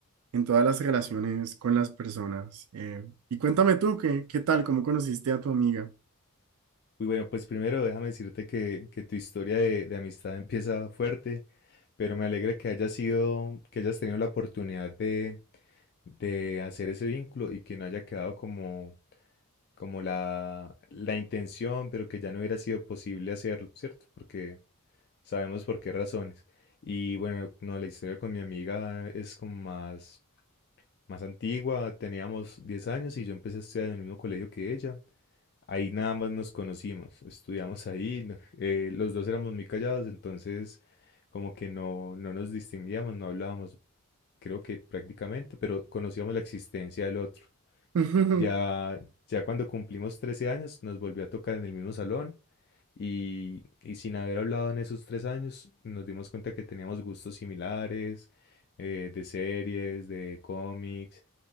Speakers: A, on the right; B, on the left.
A: en todas las relaciones con las personas. Eh, y cuéntame tú, ¿qué, qué tal? ¿Cómo conociste a tu amiga?
B: Uy, bueno, pues primero déjame decirte que, que tu historia de, de amistad empieza fuerte, pero me alegra que hayas sido, que hayas tenido la oportunidad de, de hacer ese vínculo y que no haya quedado como, como la, la intención, pero que ya no hubiera sido posible hacerlo, ¿cierto? Porque sabemos por qué razones. Y bueno, no, la historia con mi amiga es como más más antigua, teníamos 10 años y yo empecé a estudiar en el mismo colegio que ella. Ahí nada más nos conocimos, estudiamos ahí, no- eh, los dos éramos muy callados, entonces como que no, no nos distinguíamos, no hablábamos, creo que prácticamente, pero conocíamos la existencia del otro.
A: <laughs>
B: Ya, ya cuando cumplimos 13 años nos volvió a tocar en el mismo salón y, y sin haber hablado en esos tres años nos dimos cuenta que teníamos gustos similares, eh, de series, de cómics